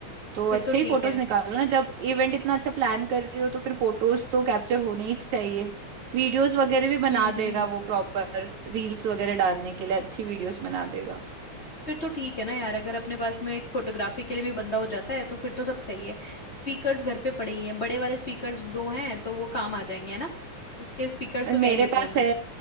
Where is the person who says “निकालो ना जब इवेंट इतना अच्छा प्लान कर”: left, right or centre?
Right